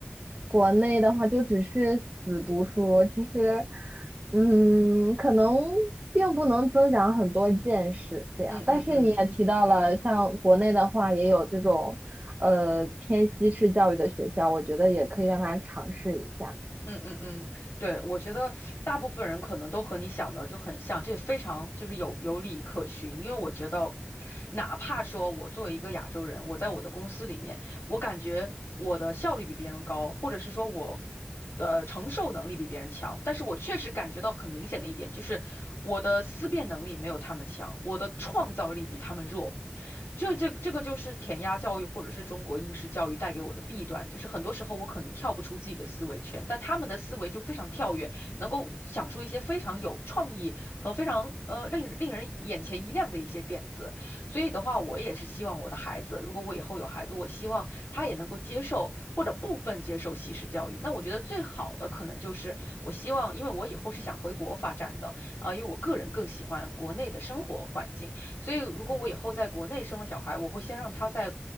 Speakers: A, on the right (about 35°); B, on the left (about 80°).
A: 国内的话就只是死读书，其实，嗯，可能并不能增长很多见识这样。
B: 嗯嗯嗯。
A: 但是你也提到了，像国内的话也有这种呃偏西式教育的学校，我觉得也可以让他尝试一下。
B: 嗯嗯嗯，对，我觉得大部分人可能都和你想的就很像，这非常就是有有理可循。因为我觉得，哪怕说我作为一个亚洲人，我在我的公司里面，我感觉我的效率比别人高，或者是说我，呃，承受能力比别人强。但是我确实感觉到很明显的一点就是，我的思辨能力没有他们强，我的创造力比他们弱。这这这个就是填鸭教育或者是中国应试教育带给我的弊端，就是很多时候我可能跳不出自己的思维圈，但他们的思维就非常跳跃，能够想出一些非常有创意和非常呃令令人眼前一亮的一些点子。所以的话，我也是希望我的孩子，如果我以后有孩子，我希望。他也能够接受或者部分接受西式教育。那我觉得最好的可能就是我希望，因为我以后是想回国发展的啊，因为我个人更喜欢国内的生活环境，所以如果我以后在国内生了小孩，我会先让他在。